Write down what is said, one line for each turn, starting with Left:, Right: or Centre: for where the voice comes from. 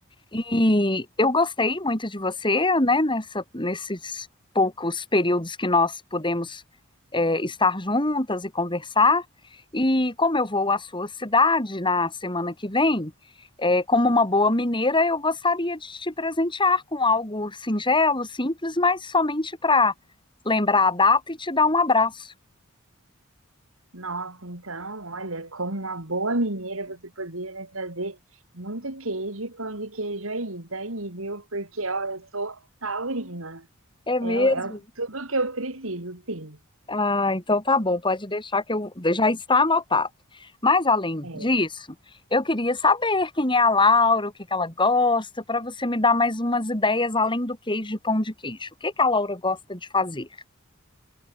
Left: e eu gostei muito de você, né, nessa, nesses poucos períodos que nós podemos é, estar juntas e conversar. E como eu vou à sua cidade na semana que vem, é, como uma boa mineira, eu gostaria de te presentear com algo singelo, simples, mas somente para lembrar a data e te dar um abraço.
Right: Nossa, então, olha, como uma boa mineira, você poderia me trazer muito queijo e pão de queijo aí, daí, viu? Porque, ó, eu sou taurina,
Left: É mesmo?
Right: é, o- é o- tudo que eu preciso, sim.
Left: Ah, então tá bom, pode deixar que eu já está anotado. Mas além
Right: é.
Left: disso, eu queria saber quem é a Laura, o que que ela gosta, para você me dar mais umas ideias além do queijo e pão de queijo. O que que a Laura gosta de fazer?